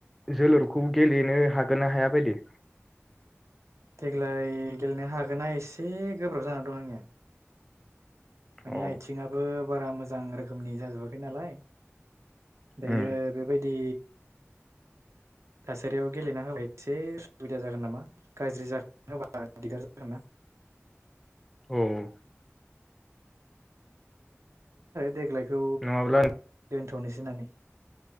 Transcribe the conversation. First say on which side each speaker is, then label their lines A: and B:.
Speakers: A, in the centre; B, on the right.
A: जोलुरखौ गेलेनो हागोन ना हाया बायदि
B: देग्लाय गेलेनो हागोना एसे गोब्राब जानानै दं आंनिया माने
A: औ
B: आथिङाबो बारा मोजां रोखोमनि जाजोबाखै नालाय दायो
A: उम
B: बेबायदि थासारियाव गेलेना होबाय एसे उसुबिदा जागोन नामा गाज्रि जानो होबा दिगदार जागोन ना
A: औ
B: देग्लाय खौ
A: नङाब्ला
B: दोनथ'नोसै बुजिनानै